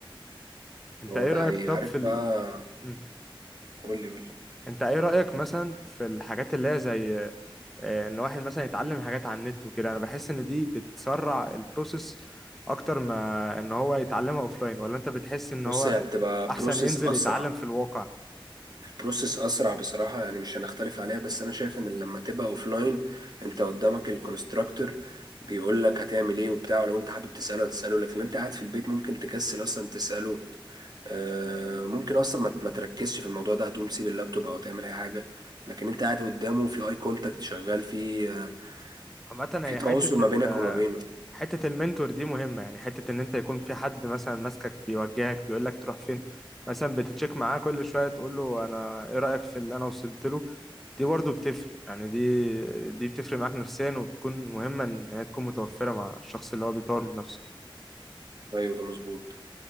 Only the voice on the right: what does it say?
هو
ده
حقيقي
عارف
بقى
قولي قولي
بص هي بتبقى
بروسيس
اسرع
بروسيس اسرع بصراحه يعني مش هنختلف عليها بس انا شايف ان لما تبقى اوفلاين انت قدامك الكونستراكتور بيقول لك هتعمل ايه وبتاع ولو انت حابب تساله هتساله لكن انت قاعد في البيت ممكن تكسل اصلا تساله آه، ممكن اصلا ما ما تركزش في الموضوع ده هتقوم تسيب اللابتوب او تعمل اي حاجه لكن انت قاعد قدامه في اي كونتاكت شغال في آه،
في
تواصل
ما بينك وما بينه
ايوه ده مظبوط